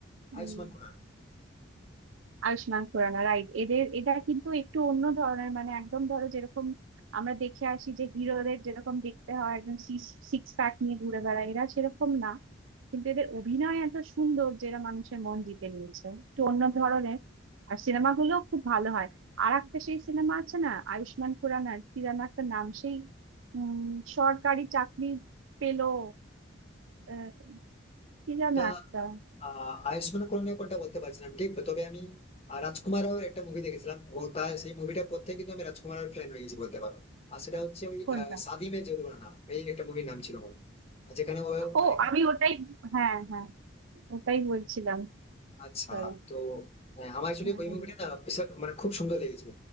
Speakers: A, on the left; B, on the right.
A: আয়ুষ্মান
B: উম
A: খুরানা
B: আয়ুষ্মান খুরানা রাইট এদের এরা কিন্তু একটু অন্য ধরনের মানে একদম ধরো যেরকম আমরা দেখে আসি যে হিরোদের যেরকম দেখতে হয় একদম সিক্স প্যাক নিয়ে ঘুরে বেড়ায় এরা সেরকম না কিন্তু এদের অভিনয় এত সুন্দর যেটা মানুষের মন জিতে নিয়েছে একটু অন্য ধরনের আর সিনেমাগুলো খুব ভালো হয় আর একটা সেই সিনেমা আছে না আয়ুষ্মান খুরানার কি যেন একটা নাম সেই উম সরকারি চাকরি পেলো আহ, কি যেন
A: এটা
B: একটা
A: আহ আয়ুষ্মান খুরানা কোনটা বলতে পারছি না আমি ঠিক তবে আমি আহ, রাজকুমার রাওয়ের একটা মুভি দেখেছিলাম এবং তার সেই মুভিটা পর থেকে কিন্তু আমি রাজকুমার রাওয়ের ফ্যান হয়ে গেছি বলতে পারো আর সেটা হচ্ছে ওই
B: কোনটা
A: আহ, শাদি মে জরুরানা এই একটা মুভির নাম ছিল ওর। যেখানে ও মানে
B: ও
A: একজন-
B: আমি ওটাই হ্যাঁ হ্যাঁ ওটাই বলছিলাম
A: আচ্ছা
B: সরি
A: তো হ্যাঁ, আমার অ্যাকচুয়ালি ওই
B: হুম,
A: মুভিটা না বিশাল মানে খুব সুন্দর লেগেছিল